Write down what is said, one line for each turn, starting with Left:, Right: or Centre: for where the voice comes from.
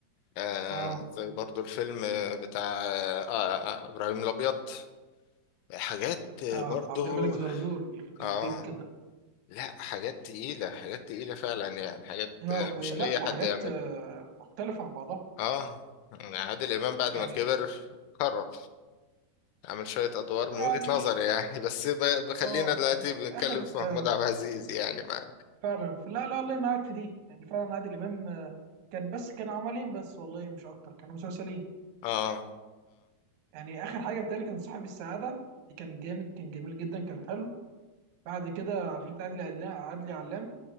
Left: آه،
Right: اه
Left: زي برضو الفيلم آه، بتاع آه، آه، إبراهيم الأبيض حاجات آه،
Right: اه
Left: برضو
Right: عبد الملك زرزور يخرب
Left: آه
Right: بيت كده
Left: لا حاجات تقيلة حاجات تقيلة فعلا يعني حاجات
Right: اه
Left: آه،
Right: ولا
Left: مش أي
Right: وحاجات
Left: حد يعملها
Right: آه مختلفة عن بعضها
Left: آه يعني عادل إمام بعد
Right: يعني
Left: ما كبر قرر عمل شوية أدوار من
Right: انا
Left: وجهة
Right: مش
Left: نظري يعني <laughs> بس ب- بخلينا
Right: اه
Left: دلوقتي
Right: يعني
Left: بنتكلم
Right: اخر
Left: في
Right: آه
Left: محمود عبد العزيز يعني ما
Right: فعلا في لا لا الله معاك في دي يعني فعلا عادل امام آه كان بس كان عملين بس والله مش اكتر كانوا مسلسلين
Left: آه
Right: يعني اخر حاجة بتهيألي كان صاحب السعادة دي كان جامد كان جميل جدا كان حلو بعد كده عفريت عدلي علا- عدلي علام